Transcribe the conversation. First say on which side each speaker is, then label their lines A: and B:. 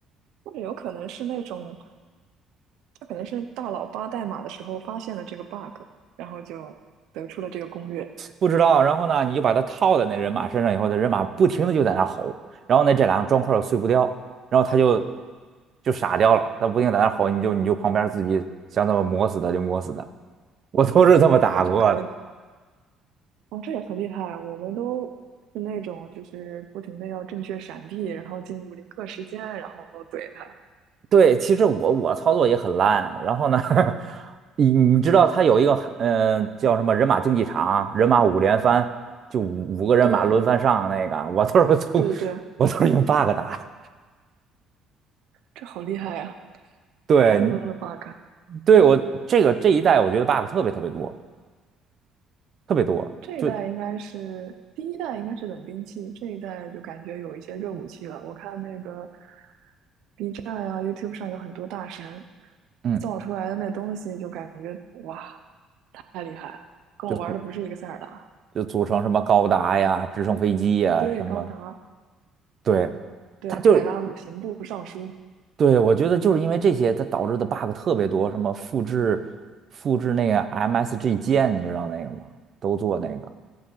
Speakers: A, on the right; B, on the right.
A: 或者有可能是那种，他可能是大佬扒代码的时候发现了这个 bug，然后就得出了这个攻略，
B: 不知道，然后呢，你就把它套在那人马身上以后，那人马不停的就在那吼，然后呢，这两个砖块儿又碎不掉，然后他就就傻掉了，他不停地在那吼，你就你就旁边自己想怎么磨死他就磨死他，我都是这么打过的。
A: 我就可以。哦，这也很厉害。我们都是那种就是不停的要正确闪避，然后进入零刻时间，然后怼他。
B: 对，其实我我操作也很烂，然后呢，<laughs> 你你知道他有一个嗯、呃叫什么人马竞技场，人马五连翻，就五五个人马轮番上那个，
A: 对
B: 我都是从我都是用
A: 对对对，
B: bug 打的。
A: 这好厉害呀、
B: 对
A: 好有用的 bug 啊。
B: 对，我这个这一代我觉得 bug 特别特别多。特别多，
A: 这一代应该是第一代，
B: 就
A: 应该是冷兵器，这一代就感觉有一些热武器了。我看那个 B 站啊、YouTube 上有很多大神
B: 嗯，
A: 造出来的那东西，就感觉哇，太厉害了，跟我玩的不是一个塞尔达。
B: 就组就组成什么高达呀、直升飞机呀什么，
A: 对，高达，
B: 对，
A: 对，
B: 它就
A: 海拉鲁刑部尚书，
B: 对我觉得就是因为这些，它导致的 bug 特别多，什么复制复制那个 MSG 键，你知道那个吗？都做那个，